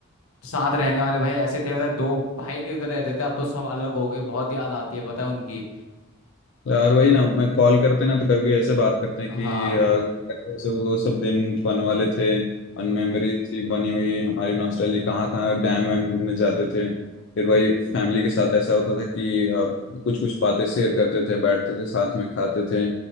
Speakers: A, on the left; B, on the left.
A: साथ रहने वाले भाई ऐसे थे मतलब दो भाई की तरह रहते थे अब तो सब अलग हो गए बहुत याद आती है पता है उनकी
B: तो यार वही ना मैं कॉल करते ना तो कभी कभी ऐसे बात करते हैं कि
A: हाँ
B: अ, वैसे वो सब दिन फन वाले थे अन मेमोरी थी बनी हुई हमारी नॉस्टैल्जी कहाँ कहाँ डैम वैम घूमने जाते थे फिर वही फैमिली के साथ ऐसा होता था कि कुछ कुछ बातें शेयर करते थे बैठते थे साथ में खाते थे